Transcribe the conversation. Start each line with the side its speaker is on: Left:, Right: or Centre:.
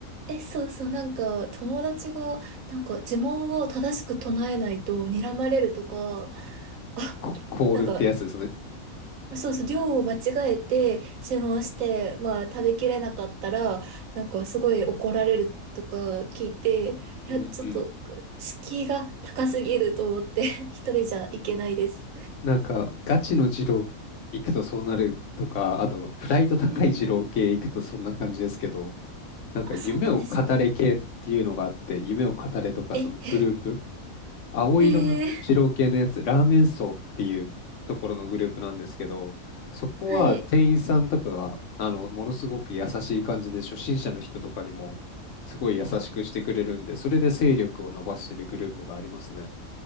Right: え、そうそう、なんか友達がなんか呪文を正しく唱えないと睨まれるとか、あ、
Left: コ、コールってやつですね。
Right: なんかそうそう、量を間違えて注文して、まあ食べきれなかったら、なんかすごい怒られるとか聞いて、いや、
Left: うんうん。
Right: ちょっと敷居が高すぎると思って、<laughs> 一人じゃいけないです。
Left: なんか、ガチの二郎行くとそうなるとか、あと、プライド高い二郎系行くとそんな感じですけど、
Right: うん。
Left: なんか、
Right: あ、
Left: 夢を語れ系っていうのがあって、
Right: そうなんですね。
Left: 夢を語れとか、
Right: え、
Left: そのグループ、
Right: <laughs>
Left: 青色の二郎系のやつ、
Right: へえ、
Left: ラーメン荘っていうところのグループなんですけど、そこは店員さんとかが、
Right: はい。
Left: あの、ものすごく優しい感じで、初心者の人とかにも、すごい優しくしてくれるんで、それで勢力を伸ばしてるグループがありますね。